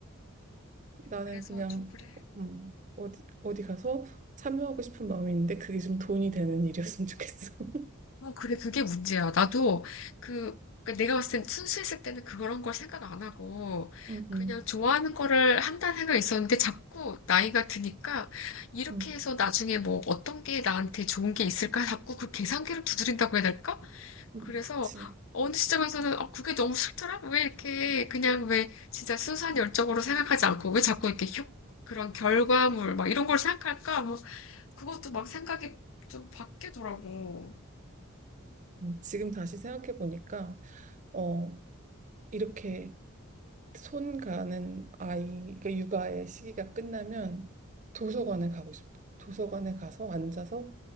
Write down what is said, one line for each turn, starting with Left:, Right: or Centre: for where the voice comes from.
Right: 나는
Left: 그래서
Right: 그냥,
Left: 좀 그래.
Right: 음, 어디, 어디 가서 참여하고 싶은 마음이 있는데 그게 좀 돈이 되는 일이었으면 좋겠어. <laughs>
Left: 어, 그래, 그게 문제야. 나도 그, 그 내가 봤을 땐 순수했을 때는 그런 걸 생각 안 하고
Right: 응,
Left: 그냥
Right: 응,
Left: 좋아하는 거를 한다는 생각이 있었는데 자꾸 나이가 드니까 이렇게
Right: 응,
Left: 해서 나중에 뭐 어떤 게 나한테 좋은 게 있을까 자꾸 그 계산기를 두드린다고 해야 될까?
Right: 응,
Left: 그래서
Right: 그치.
Left: 어느 시점에서는 어, 그게 너무 싫더라? 왜 이렇게 그냥 왜 진짜 순수한 열정으로 생각하지 않고 왜 자꾸 이렇게 효, 그런 결과물 막 이런 걸 생각할까? 뭐 그것도 막 생각이 좀 바뀌더라고.
Right: 음, 지금 다시 생각해보니까, 어, 이렇게 손 가는 아이, 그러니까 육아의 시기가 끝나면 도서관에 가고 싶어. 도서관에 가서 앉아서